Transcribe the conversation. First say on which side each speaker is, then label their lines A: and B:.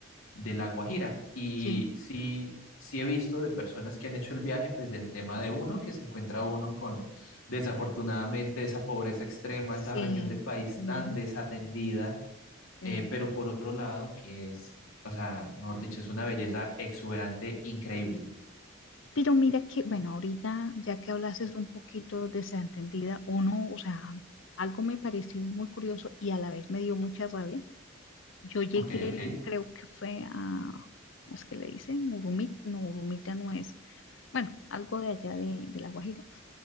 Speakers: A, on the left; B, on the left.
A: de La Guajira. Y
B: Sí,
A: sí, sí he visto de personas que han hecho el viaje, pues del tema de uno, que se encuentra uno con desafortunadamente esa pobreza extrema,
B: sí,
A: esa región del país
B: ujú,
A: tan desatendida,
B: sí.
A: eh, pero por otro lado, que es, o sea, mejor dicho, es una belleza exuberante, increíble.
B: Pero mira que, bueno, ahorita ya que hablases un poquito de Santa entendida uno, o sea, algo me pareció muy curioso y a la vez me dio mucha rabia Yo llegué,
A: Ok, ok.
B: creo que fue a, ¿cómo es que le dicen? Urumita, no, Urumita no es. Bueno, algo de allá de, de La Guajira.